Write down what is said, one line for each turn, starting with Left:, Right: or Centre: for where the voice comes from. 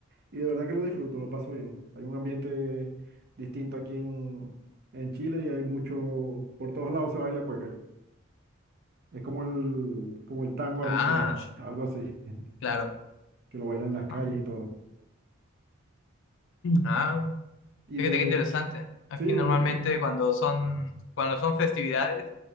Right: y de verdad que lo disfruto, lo paso bien. Hay un ambiente distinto aquí en, en Chile y hay mucho, por todos lados se baila cueca. Es como el, como el tango
Left: Ah,
Right: argentino, algo así, <laughs>
Left: claro.
Right: que lo bailan en las calles
Left: Ah,
Right: y todo.
Left: ah,
Right: Y
Left: fíjate
Right: de,
Left: qué interesante. Aquí
Right: sí, el-
Left: normalmente
Right: el-
Left: cuando son, cuando son festividades,